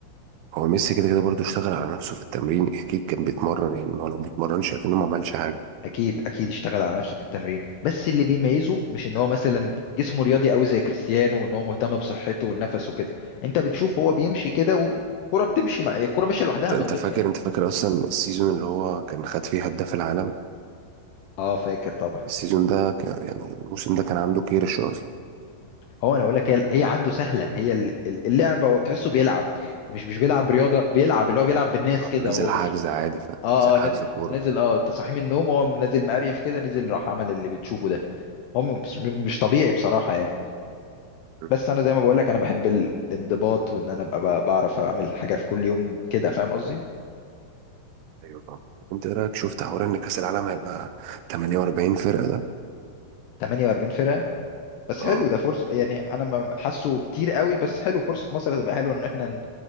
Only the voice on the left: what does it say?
اكيد اكيد اشتغل على نفسه في التمرين بس اللي بيميزه مش ان هو مثلا جسمه رياضي قوي زي كريستيانو وان هو مهتم بصحته والنفس وكده انت بتشوف هو بيمشي كده والكرة بتمشي مع الكرة ماشية لوحدها
من غير
يعني
اه فاكر طبعا
هو انا اقول لك هي هي عنده سهلة هي ال- ال- اللعبة وتحسه بيلعب مش مش بيلعب رياضة بيلعب اللي هو بيلعب بالناس كده
هو
مش
اه
اه
نازل
نازل اه انت صاحي من النوم هو نازل مقريف كده نزل راح عمل اللي بتشوفه ده هو مش مش طبيعي بصراحة يعني
بس انا زي ما بقول لك انا بحب ال- الانضباط وان انا ابقى ب- بعرف اعمل حاجه في كل يوم كده فاهم قصدي
48 فرقه بس
حلو ده فرصه يعني انا ما حاسه كتير قوي بس حلو فرصه مصر هتبقى حلوه ان احنا ن-